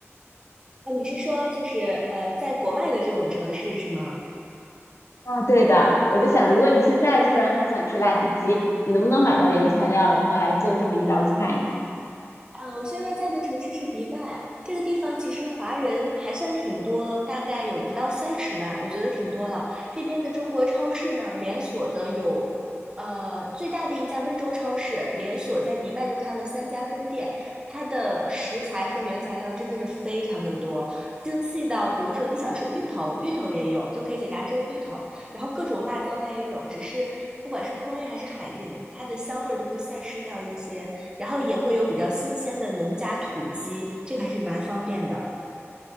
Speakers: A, on the right (about 20°); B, on the left (about 70°).
A: 啊，你是说就是呃，在国外的这种城市是吗？
B: 啊，对的，我就想，如果你现在突然很想吃辣子鸡，你能不能买到原材料，然后来做这么一道菜呢？
A: 啊，我现在在的城市是迪拜，这个地方其实华人还算挺多，大概有不到三十万，我觉得挺多了。这边的中国超市呢，连锁的有，呃，最大的一家温州超市连锁在迪拜就开了三家分店，它的食材和原材料真的是非常的多，精细到比如说你想吃芋头，芋头也有，就可以在家蒸芋头，然后各种辣椒它也有，只是不管是空运还是海运，它的香味儿都会散失掉一些。然后也会有比较新鲜的农家土鸡，这个还是蛮方便的。